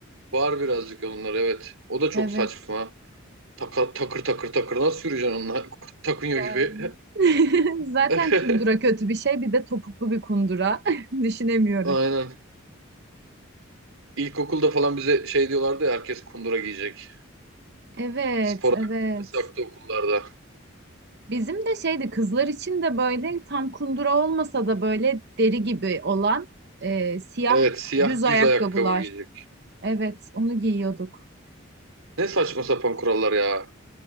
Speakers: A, on the right; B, on the right.
A: var birazcık onlar evet. O da çok
B: Evet.
A: saçma. Taka, takır takır takır nasıl yürüyeceksin onunla? <laughs> Takınıyor
B: Yani.
A: gibi.
B: <laughs> Zaten
A: <laughs>
B: kundura kötü bir şey. Bir de topuklu bir kundura. <laughs> Düşünemiyorum.
A: Aynen. İlkokulda falan bize şey diyorlardı ya herkes kundura giyecek.
B: Evet,
A: Spor
B: evet.
A: ayakkabı yasaktı okullarda.
B: Bizim de şeydi kızlar için de böyle tam kundura olmasa da böyle deri gibi olan e, siyah
A: Evet siyah
B: düz ayakkabılar.
A: düz ayakkabı giyecek.
B: Evet, onu giyiyorduk.
A: Ne saçma sapan kurallar ya.